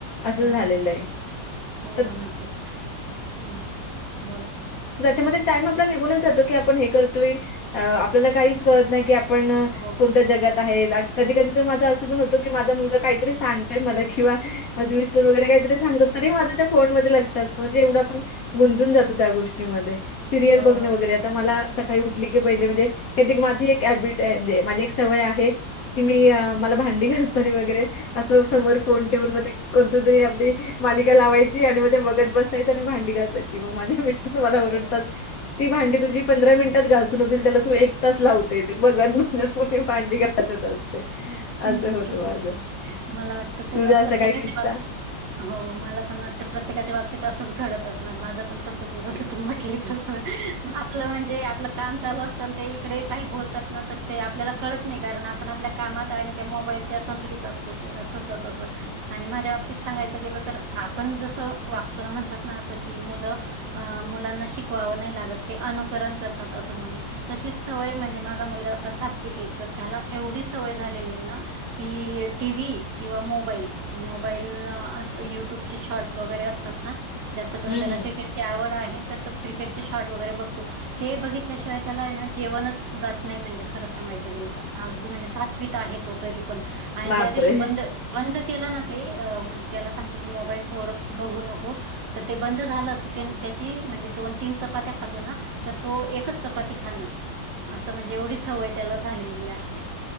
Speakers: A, on the left; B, on the right.
A: असं
B: नक्कीच
A: झालेलं आहे.
B: हो
A: तर
B: नक्कीच हम बोल.
A: तर त्याच्यामध्ये टाइम आपला निघूनच जातो की आपण हे करतोय आपल्याला काहीच कळत नाही की आप पण
B: हो
A: कोणत्या जगात आहेत कधी कधी तर माझा असं पण होतो की माझा मुलगा काहीतरी सांगतोय मला किंवा माझे विस्तर वगैरे काहीतरी सांगत. तरी माझं त्या फोन मध्ये लक्ष असतं म्हणजे एवढं आपण गुंतून जातो त्या गोष्टीमध्ये सिरयल
B: हो
A: बघण वगैर यात आता मला सकाळी उठली की पहिले म्हणजे क त माझी एक हॅबिट आहे म्हणजे माझी एक सवय आहे. कि मी मला भांडी घाासता वगैरे असं समोर फोन टेवून मध्ये कोणत तरी आपली मालिका लावायची आणि मग ते बगत बसायच आणि भांडी घासायची मग माझ्या मिस्टर मला
B: बरोबर.
A: ओडतात ती भांडी तुझी पंधरा मिनिटात घासून होतील त्याला तू एक तास लाव ते ते बघत बघत मी भांडी घासत असते.
B: नक्कीच
A: असं होतं माझं
B: मला वाटत ते
A: तुझा
B: तर
A: असा
B: प्रत्येकाची
A: काही किस्सा
B: बाब हो मला पण वाटतं प्रत्येकाच्या बाबतीत असंच घडत असणार माझं पण तसच ए जस तू म्हटली तस मग आपलं म्हणजे आपलं काम चालू असत ते इकडे काही बोलतात ना तर ते आपल्याला कळत नाही कारण आपण आपल्या कामात आणि त्या मोबाईलच्या तंदरीत असतो असे सतत अस आणि माझ्या बाबतीत सांगायचं गेलं तर आपण जसं वागतो ना म्हणतात ना असं की मुलं अ मुलांना शिकवावं नाही लागत ते अनुकरण करतात असं म्हणून तशी सवय म्हणजे माझा मुलगा आता सातवीत ये तर त्याला एवढी सवय झालेली ए ना. कि टी व्ही किंवा मोबाईल मोबाईल अस युट्यूबचे शॉट वगैरे असतात ना जास्त करून
A: हं,
B: त्याला
A: हं.
B: क्रिकेट ची आवड आहे तर तो क्रिकेटचे शॉट वगैरे बघतो. ते बघितल्याशिवाय त्याला एना जेवणच जात नाही म्हणजे खरं सांगायचं गेलं तर अगदी म्हणजे स आठवीत आहे तो तरी पण आणि
A: बापरे!
B: ज्या दिवशी बंद बंद केला ना ते अ म त्याला सांगतो की मोबाईल सोड बघू नको तर ते बंद झालं की त्यान त्याची म्हणजे दोन तीन चपात्या खातो ना तर तो एकच चपाती खाणार असं म्हणजे एवढी सवय त्याला झालेली आहे.